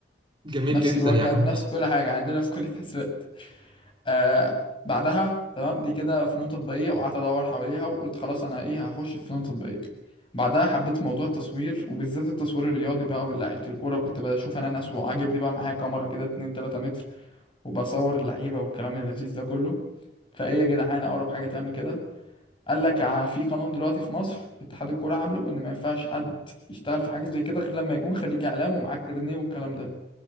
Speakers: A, on the right (about 30°); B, on the left (about 30°).
A: جميل
B: نفس
A: جدا
B: الواجهة
A: يا
B: بنفس
A: عم
B: كل حاجة عندنا في كلية حسابات آه بعدها تمام دي كده فنون تطبيقية وقعدت أدور حواليها وقلت خلاص أنا إيه هخش في فنون تطبيقية بعدها حبيت موضوع التصوير وبالذات التصوير الرياضي بقى واللعيبة الكورة وكنت بشوف أنا ناس وعاجبني بقى معايا كاميرا كده 2 3 متر وبصور اللعيبة والكلام اللذيذ ده كله فإيه يا جدعان أقرب حاجة تعمل كده قال لك ع- في قانون دلوقتي في مصر اتحاد الكورة عامله إن ما ينفعش حد يشتغل في حاجة زي كده غير لما يكون خريج إعلام ومعاه كارنيه والكلام ده